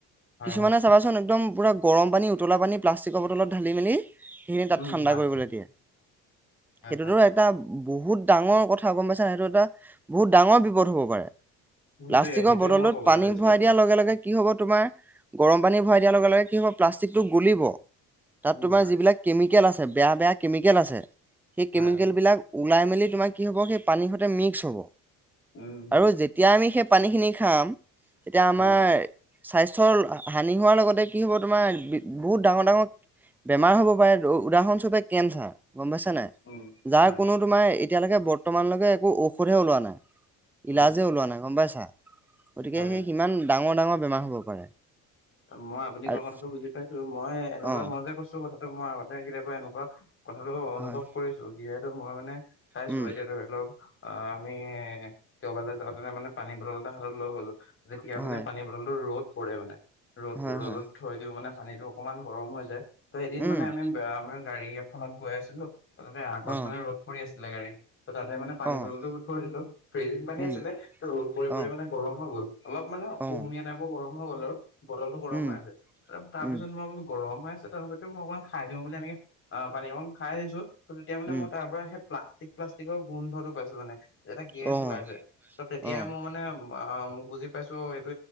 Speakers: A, on the left; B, in the centre.
A: হয়,
B: কিছুমানে
A: হয়,
B: চাবাচোন একদম পোৰা গৰম পানী উতলা পানী প্লাষ্টিকৰ বটলত ঢালি মেলি সেইখিনি তাত
A: উম,
B: ঠাণ্ডা
A: হয়,
B: কৰিবলে দিয়ে,
A: হয়,
B: সেইটোতো
A: হয়,
B: এ এটা বহুত ডাঙৰ কথা গম পাইছা নাই? সেইটো এটা বহুত ডাঙৰ বিপদ হ'ব পাৰে।
A: সেইটোৱে,
B: প্লাষ্টিকৰ
A: সেইটোৱে
B: বটলটোত
A: মই ক'বলৈ
B: পানী
A: ধৰিছিলো
B: ভৰাই
A: আপোনাক,
B: দিয়াৰ লগে লগে কি হ'ব তোমাৰ? গৰম পানী ভৰাই দিয়াৰ লগে লগে কি হ'ব প্লাষ্টিকটো গলিব। তাত
A: উম,
B: তোমাৰ
A: হয়,
B: যিবিলাক কেমিকেল আছে বেয়া বেয়া কেমিকেল আছে সেই
A: হয়,
B: কেমিকেল
A: হয়,
B: বিলাক ওলাই মেলি তোমাৰ কি হ'ব সেই পানীৰ সতে মিক্স হ'ব,
A: উম, হয়,
B: আৰু যে তিয়া আমি সেই পানীখিনি খাম তেতিয়া আমাৰ
A: উম,
B: স্বাস্থৰ হানি হোৱাৰ লগতে কি হ'ব তোমাৰ বহুত ডাঙৰ ডাঙৰ বেমাৰ হ'ব পাৰে, উদাহৰণস্বৰূপে কেঞ্চাৰ গম পাইছে নাই?
A: উম,
B: যাৰ
A: হয়, হয়,
B: কোনো তোমাৰ এই এতিয়ালৈকে বৰ্তমানলৈকে একো ঔষধহে ওলোৱা নাই।
A: উম,
B: ইলাজে ওলোৱা নাই গম পাইছা, গতিকে
A: হয়,
B: সেই
A: হয়।
B: সিমান ডাঙৰ ডাঙৰ বেমাৰ হ'ব পাৰে।
A: মই আপুনি কোৱা
B: আৰু
A: কথাটো বুজি পাইছো, মই এনেকুৱা
B: অ',
A: মই যে কৈছো কথাটো মই আগতে কেতিয়াবা এনকুৱা কথাটো অনুভৱ
B: হয়,
A: কৰিছো যিহেতু মই মানে চাইছো,
B: উম,
A: এতিয়া ধৰি লওক আমি কবালৈ যাওঁতেনে মানে পানী বটল এটা হাতত লৈ গলো যেতিয়া
B: হয়,
A: মানে পানী বটলটো ৰ'দ পৰে মানে- ৰ
B: হয়,
A: ৰ'দত
B: হয়,
A: থৈ দিওঁ মানে পানীটো অকমান গৰম হৈ যায়, ত এদিন
B: উম,
A: মানে আমি বা মানে গাড়ী- খনত গৈ আছিলো, তাত মানে আগত
B: অ',
A: মানে ৰদ পৰি আছিলে গাড়ী- ত তাতে মানে পানী
B: অ',
A: বটলতো থৈ দিলো, ফ্ৰিজ পানী
B: উম,
A: আছিলে ত' ৰদ পৰি
B: অ',
A: পৰি মানে গৰম হৈ গ'ল। অলপ মানে
B: অ',
A: কুহুমীয়া টাইপৰ গৰম হৈ গ'ল আৰু। বটল টো গৰম
B: উম,
A: হৈ আছে। ত তাৰপিছত
B: উম,
A: মই বোলো গৰম হৈ আছে! ত সেইটো মই অকমান খাই দিওঁ বুলি এনেকে অঁ পানী অকমান খাই দিছো, ত তেতিয়া মানে
B: উম,
A: মই তাৰ পৰা সেই প্লাষ্টিক- প্লাষ্টিকৰ গোন্ধটো পাইছো মানে, এটা গেছ
B: অ',
A: ওলাইছে। ত তেতিয়াই
B: অ',
A: মই মানে- বা মই বুজি পাইছো অঁ' এইটো